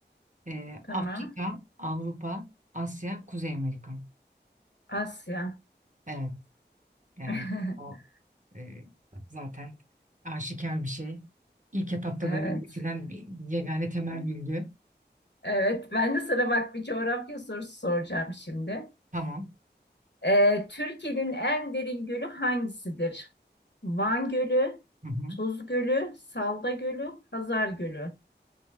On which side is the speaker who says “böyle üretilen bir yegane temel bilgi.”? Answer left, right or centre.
Right